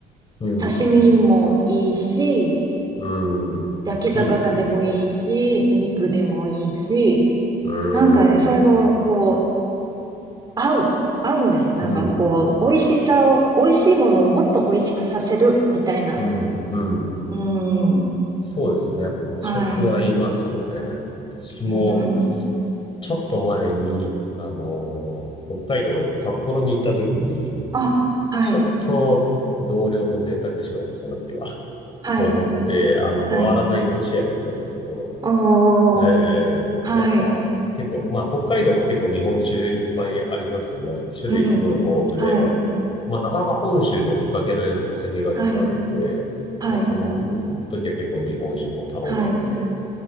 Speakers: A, on the left (about 30°); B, on the right (about 25°).
A: うん。
B: 刺身もいいし、
A: うんいいですね。
B: 焼き魚でもいいし、肉でもいいし、
A: う
B: なんかね、それの、
A: ん、
B: こう、合う、合うんですよ。なんかこう、
A: うん、
B: 美味しさを、美味しいものをもっと美味しくさせる、みたいな。
A: うん、うん。
B: うん。
A: そうですよね。やっぱ和食合いますよね。
B: はい。
A: 私も、
B: うん。
A: ちょっと前に、あのー北海道、札幌に行った時に、
B: あ、はい。
A: ちょっと同僚と贅沢しようと、その日は、<laughs>
B: はい。
A: と思って、あの、
B: はい。
A: 回らない寿司屋に行ったんですけど、
B: おー。
A: ええ、
B: はい。
A: やっぱ結構、まあ北海道も結構日本酒いっぱいありますよね。種類すごい豊富で、
B: うん。はい。
A: まあなかなか本州じゃ見かけないお酒がいっぱいあるんで、
B: はい。はい。
A: そう、その時は結構日本酒も頼んじゃって、
B: はい。